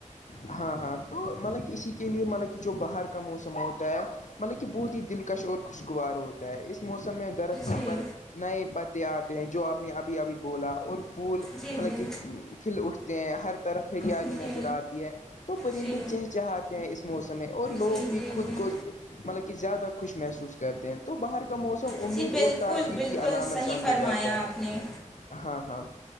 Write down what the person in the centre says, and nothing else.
جی
جی
جی
جی
جی
جی
جی
جی
جی بالکل
بالکل
صحیح
فرمایا
آپ نے